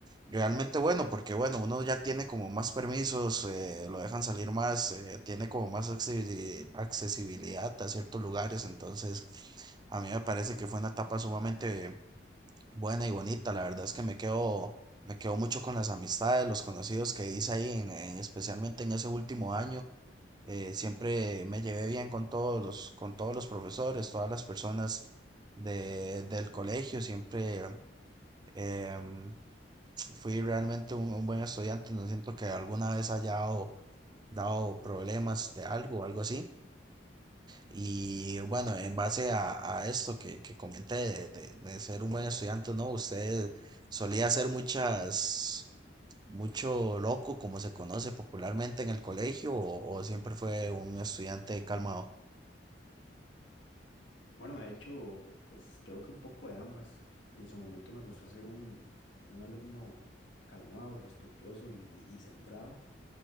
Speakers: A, on the right; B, on the left.
A: realmente bueno, porque bueno, uno ya tiene como más permisos, eh, lo dejan salir más, eh, tiene como más accesibili- accesibilidad a ciertos lugares, entonces a mí me parece que fue una etapa sumamente Buena y bonita, la verdad es que me quedo, me quedo mucho con las amistades, los conocidos que hice ahí, en, en- especialmente en ese último año. Eh, siempre me llevé bien con todos los, con todos los profesores, todas las personas de, del colegio. Siempre em, fui realmente un, un buen estudiante. No siento que alguna vez haya dado, dado problemas de algo o algo así. Y bueno, en base a, a esto que, que comenté de, de- de ser un buen estudiante, ¿no? Usted solía hacer muchas, mucho loco, como se conoce popularmente en el colegio, o, o siempre fue un estudiante calmado.
B: Bueno, de hecho, pues creo que un poco de ambas. En su momento me gustó ser un, un alumno calmado, respetuoso y y- y centrado.